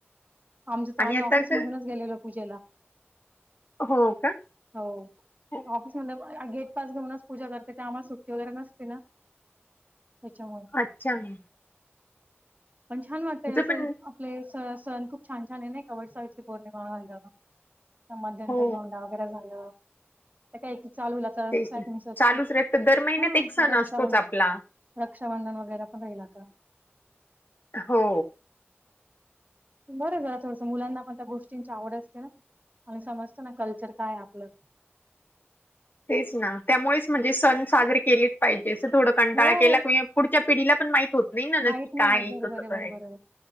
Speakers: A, on the right (about 40°); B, on the left (about 50°).
A: आम
B: आणि
A: आम्ही
B: आता
A: ऑफिस
B: तर
A: मधूनच गेलेलो पूजेला
B: हो का
A: हो
B: हो.
A: ऑफिस मध गेटपस घेऊनच पूजा करते त्या आम्हाला सुट्टी वगैरे नसते ना त्याच्यामुळे
B: अच्छा म
A: पण छान वाटतय असे
B: पण
A: आपले स सण खूप छान छान आहे नाही कवसा बोर्णेमा मध्यंत
B: हो
A: दोंडा वगैरे झालंता काय चालू लाग हा
B: तेच ना चालूच राहत दर महिन्यात एक सण
A: रक्षा
B: असतोच
A: म्हण
B: आपला
A: रक्षाबंधन वगैरे पण राहील आता
B: हो
A: बरं जरा थोडसं मुलांना पण त्या गोष्टींची आवड असते ना आणि समजतो ना कल्चर काय आपलं
B: तेच ना त्यामुळेच म्हणजे सण साजरे केलेच पाहिजे असं थोडं कंटाळा
A: हो
B: केला क पुढच्या पिढीला पण माहित होत नाही ना
A: माहित
B: की
A: नाही
B: काय
A: होत बरोबर
B: कसं
A: आहे
B: करायचं
A: बरोबर आहे.